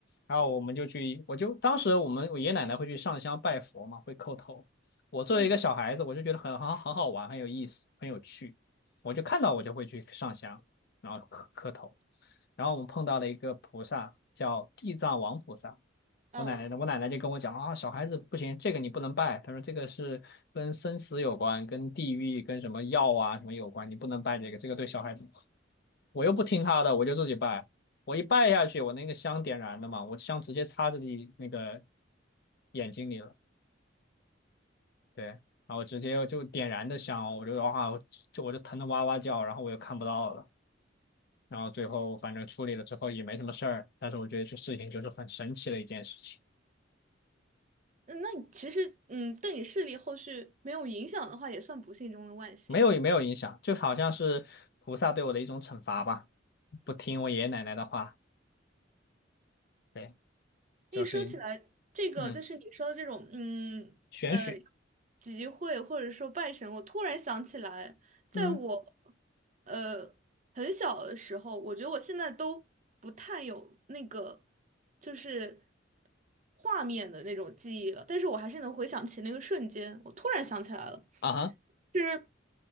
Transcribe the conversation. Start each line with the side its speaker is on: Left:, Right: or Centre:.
Left: 然后我们就去，我就当时我们我爷爷奶奶会去上香拜佛嘛，会叩头。我作为一个小孩子，
Right: 嗯
Left: 我就觉得很很很好玩，很有意思，很有趣。我就看到我就会去上香，然后磕磕头。然后我们碰到了一个菩萨，叫地藏王菩萨。
Right: 嗯，
Left: 我奶奶的，我奶奶就跟我讲啊，小孩子不行，这个你不能拜。她说这个是跟生死有关，跟地狱、跟什么药啊什么有关，你不能拜这个，这个对小孩子不好。我又不听她的，我就自己拜。我一拜下去，我那个香点燃的嘛，我香直接插自己那个眼睛里了，对，然后直接就点燃的香哦，我就哇，我就我就疼得哇哇叫，然后我又看不到了，然后最后反正处理了之后也没什么事儿，但是我觉得这事情就是很神奇的一件事情。
Right: 嗯那你其实嗯，对你视力后续没有影响的话，也算不幸中的万幸。
Left: 没有没有影响，就好像是菩萨对我的一种惩罚吧，不听我爷爷奶奶的话，对，
Right: 一说起来，
Left: 就是
Right: 这个就是你说的这种，
Left: 嗯
Right: 嗯，
Left: 玄学，
Right: 呃，集会或者说拜神，我突然想起来，在我，
Left: 嗯
Right: 呃，很小的时候，我觉得我现在都不太有那个，就是画面的那种记忆了，但是我还是能回想起那个瞬间，我突然想起来了。
Left: 啊哈
Right: 是